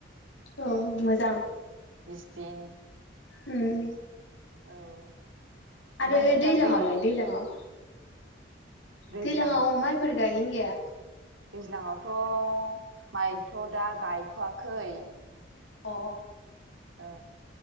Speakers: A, on the left; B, on the right.
A: औ मोजां
B: बिसबिन
A: उम
B: औ ओमफ्राय
A: आरो
B: नोंथां
A: दैज्लाङावलाय
B: बे
A: दैलाङाव
B: दैज्लां
A: दैलांआव माइफोर गायोन गाया
B: दैज्लांयावथ' माइथ' दा गायथ'वाखै
A: अ
B: औ